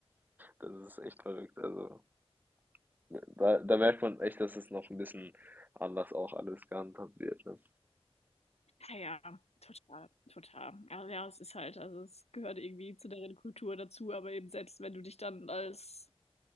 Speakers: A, on the right; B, on the left.
A: das ist echt verrückt. Also da, da merkt man echt, dass es noch ein bisschen anders auch alles gehandhabt wird. Ne?
B: Ja, ja, total, total. Ja, ja, es ist halt, also es gehört irgendwie zu deren Kultur dazu, aber eben selbst wenn du dich dann als,